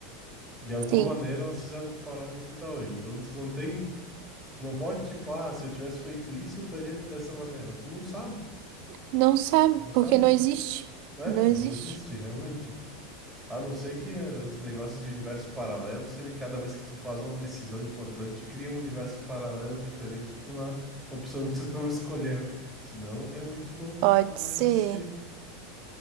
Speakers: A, in the centre; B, on the right (about 55°).
A: de alguma
B: Sim.
A: maneira elas fizeram tu parar onde tu tá hoje. Então tu não tem Tu não pode, tipo, ah, se eu tivesse feito isso, eu estaria dessa maneira. Tu não sabe,
B: Não sabe,
A: não sabe.
B: porque não existe.
A: É,
B: Não existe.
A: não existe, realmente. A não ser que eh, os negócios de universo paralelo seria cada vez que tu faz uma decisão importante, cria um universo paralelo diferente com a opção que tu <laughs> não escolheu. Senão, realmente não,
B: Pode
A: não
B: ser.
A: vai existir.